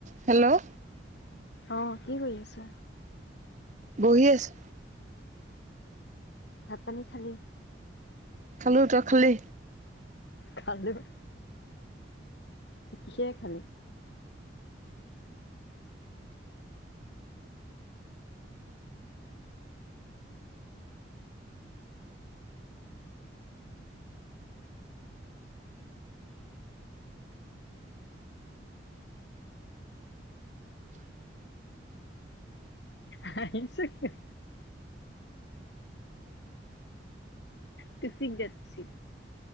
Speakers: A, on the right; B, on the left.
A: Hello
B: অঁ কি কৰি আছা
A: বহি আছো
B: ভাত পানী খালি
A: খালো তই খালি
B: খালো কিহেৰে খালে হাহিছ কিয়? তে <inaudible> চিিক দেছিলি